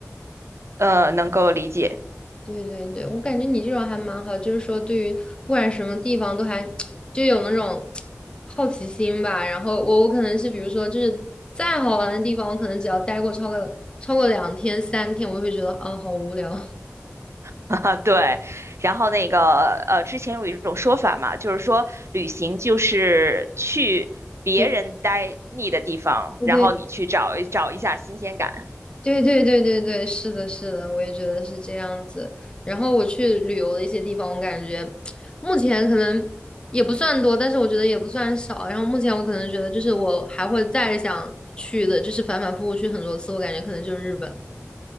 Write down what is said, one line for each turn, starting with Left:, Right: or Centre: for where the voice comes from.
Right: 呃，能够理解
Left: 对对对，我感觉你这种还蛮好，就是说对于不管什么地方都还 <tsk> 就有那种 <tsk> 好奇心吧。然后我我可能是比如说就是再好玩的地方，我可能只要待过超过超过两天三天，我就会觉得啊好无聊。
Right: <laughs> 啊，对。然后那个，呃，之前有一种说法嘛，就是说旅行就是去别人待腻的地方，
Left: <laughs> 对。
Right: 然后你去找一找一下新鲜感。
Left: 对对对对对对，对，是的，是的，我也觉得是这样子。然后我去旅游的一些地方，我感觉目前可能也不算多，但是我觉得也不算少。然后目前我可能觉得，就是我还会再想去的，就是反反复复去很多次，我感觉可能就是日本。